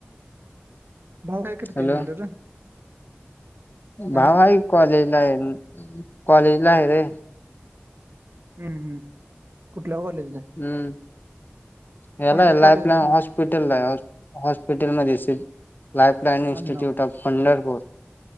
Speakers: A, on the right; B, on the left.
A: भाऊ काय करतंय
B: हॅलो
A: म्हनलं र? हॅलो
B: भाव आहे कॉलेजला आहे. कॉलेज ला आहे रे
A: हम् हम् कुठल्या कॉलेजला?
B: हम्म हेला
A: कोणत्या
B: लाईफलाईन
A: कॉलेजला आहे?
B: हॉस्प हॉस्पिटल ला हॉस्पिटलमध्ये असेल लाईफलाईन इन्स्टिट्यूट
A: हा
B: ऑफ पंढरपूर.